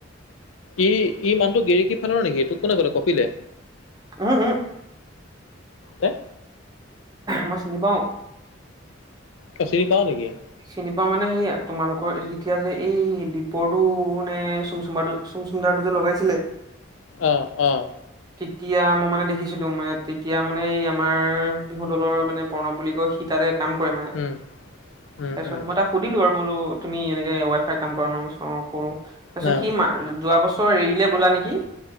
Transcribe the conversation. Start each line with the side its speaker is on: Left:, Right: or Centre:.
Left: ই ই মানুহটো গেৰেকি ফালৰ নেকি, তোক কোনে ক'লে কপিলে?
Right: উম, উম,
Left: হে
Right: মই চিনি পাওঁ।
Left: তই চিনি পাৱ নেকি?
Right: চিনি পাওঁ মানে সেইয়া তোমালোকৰ যেতিয়া যে এই দীপৰটো নে চুম চুমদাৰটো চুমদাৰটো যে লগাইছিলে
Left: অ'অ'
Right: তেতিয়া মই মানে দেখিছিলোঁ, মানে তেতিয়া মানে এই আমাৰ বিহু দলৰ মানে প্ৰণৱ বুলি কয় সি তাতে কাম কৰে মানে।
Left: উম, উম।
Right: তাৰপিছত,
Left: উম,
Right: মই তাক সুধিলোঁ আৰু বোলো তুমি এনেকে ৱাইফাই কাম কৰা নহ? মই কৈছো অহ কৰোঁ। তাৰপিছত,
Left: না,
Right: সি মা যোৱা বছৰ এৰিলে বোলা নেকি?